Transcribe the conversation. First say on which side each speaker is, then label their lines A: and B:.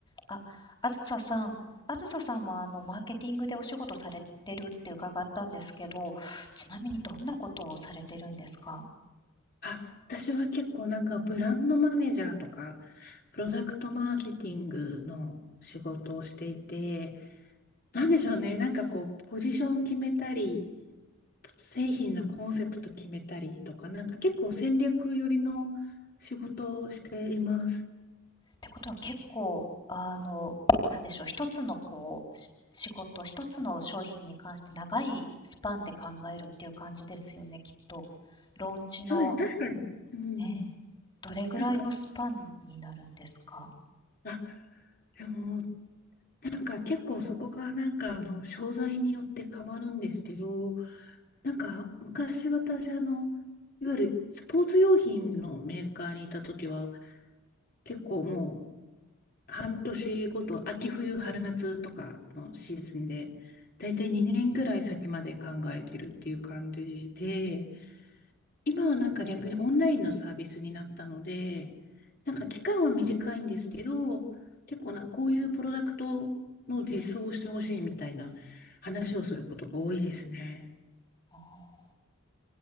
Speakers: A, on the left; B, on the left.
A: あ、あずささん、あずささんもあのマーケティングでお仕事されてるって伺ったんですけど、ちなみにどんなことをされてるんですか
B: あ、私は結構なんかブランドマネージャーとか、プロダクトマーケティングの仕事をしていて、なんでしょうね、なんかこう、ポジション決めたり、製品のコンセプト決めたりとか、なんか結構戦略寄りの仕事をしています。
A: てことは結構、あの、なんでしょう、一つのこう、し仕事、一つの商品に関して長いスパンで考えるっていう感じですよね、きっと。ローンチの、
B: そうです、確かに。うん。
A: ね、どれぐらいのスパンになるんですか
B: なんか、あ、でも、なんか結構そこがなんかあの、商材によって変わるんですけど、なんか、昔私、あの、いわゆるスポーツ用品のメーカーにいた時は、結構もう半年ごと、秋冬、春夏とかのシーズンで、だいたい2年ぐらい先まで考えてるっていう感じで、今はなんか逆にオンラインのサービスになったので、なんか期間は短いんですけど、結構なんかこういうプロダクトの実装をしてほしいみたいな話をすることが多いですね。
A: あ